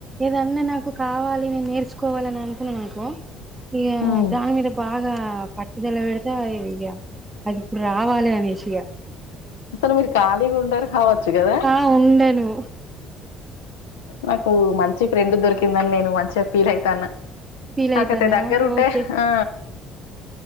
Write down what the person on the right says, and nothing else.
ఏదన్న నాకు కావాలి నేన్ నేర్చుకోవాలన్ అనుకున్న అనుకో ఇగా
దాని మీద బాగా పట్ టుదల పెడితే అయి అది ఇప్పుడ్ రావాలి అనేసిగా
ఆ ఉండను.
ఫీల్
అయితాన్నవా
ఓకే